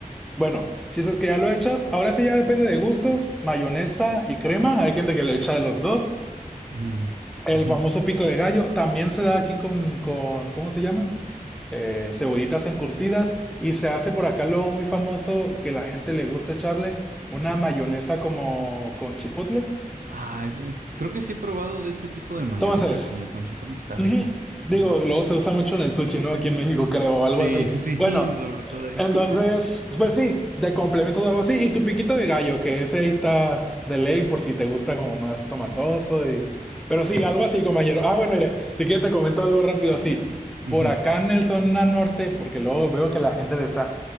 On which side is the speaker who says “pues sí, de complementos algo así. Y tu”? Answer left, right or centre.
Centre